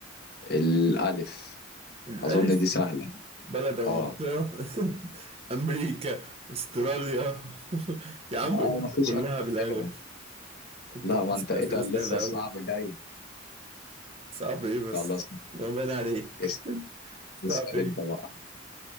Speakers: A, on the left (about 55°); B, on the right (about 30°).
A: الالف
B: الألف
A: اظن دي سهلة
B: بلد أو
A: اه
B: منطقة <laughs> أمريكا أستراليا <laughs> يا عم
A: اه
B: أوروبا
A: مفيش
B: كلها
A: اكتر
B: بالألف
A: منها
B: أنت
A: لا
B: بتسأل
A: ما انت اتقل
B: أسئلة سهلة
A: لسه الصعب
B: أوي
A: جاي
B: صعب إيه بس
A: خلاص
B: ما بين عليك
A: اس- اسأل
B: صعب إيه
A: انت بقى